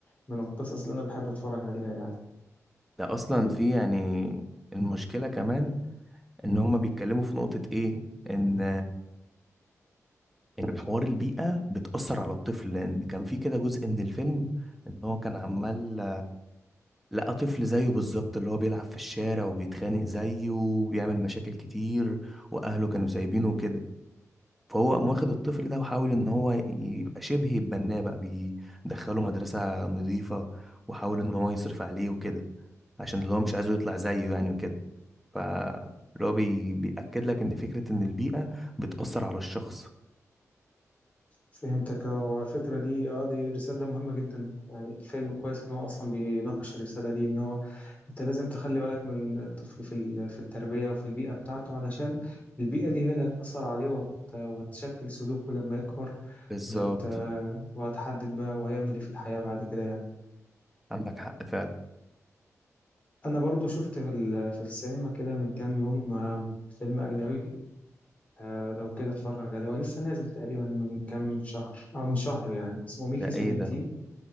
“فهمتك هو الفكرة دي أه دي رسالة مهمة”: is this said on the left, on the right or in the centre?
Left